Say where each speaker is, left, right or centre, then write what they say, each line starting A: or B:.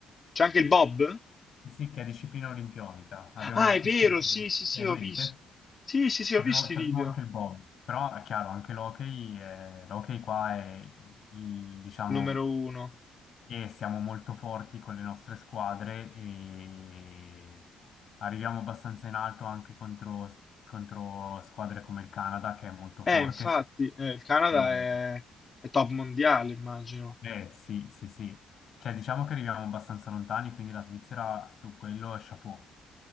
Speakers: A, on the left; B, on the left.
A: C'è anche il Bob?
B: Sì, che è disciplina olimpionica. Abbiamo
A: Ah,
B: la
A: è
B: pistola
A: vero, sì, sì, sì,
B: è in
A: ho
B: mente.
A: visto. Sì, sì, sì,
B: Ci
A: ho
B: abbiamo,
A: visto
B: ci
A: i video.
B: abbiamo anche il bob. Però è chiaro, anche l'hockey, è- l'hockey qua è, il- diciamo,
A: Numero uno.
B: e siamo molto forti con le nostre squadre e arriviamo abbastanza in alto anche contro, contro squadre come il Canada, che è molto
A: Eh,
B: forte.
A: infatti,
B: <laughs>
A: eh, il Canada
B: Eh,
A: è, è top mondiale, immagino.
B: eh, sì, sì, sì. Cioè, diciamo che arriviamo abbastanza lontani, quindi la Svizzera su quello è chapeau.